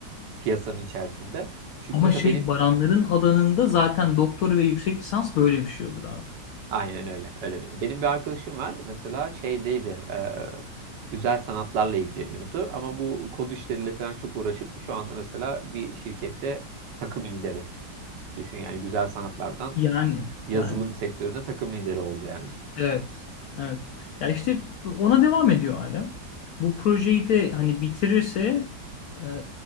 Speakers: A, on the right; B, on the left.
A: piyasanın içerisinde. Çünkü
B: Ama
A: mesela
B: şey
A: benim
B: Baranların alanında zaten doktor ve yüksek lisans böyle bir şey olur abi.
A: Aynen öyle. Öyle. bir- Benim bir arkadaşım var. Mesela şeydeydi. e, güzel sanatlarla ilgileniyordu. Ama bu kod işleriyle falan çok uğraşıp şu anda mesela bir şirkette takım lideri. Düşün yani güzel sanatlardan
B: Yani
A: yazılım
B: yani
A: sektöründe takım lideri oldu yani.
B: evet evet. Ya işte ona devam ediyor hala. Bu projeyi de hani bitirirse e,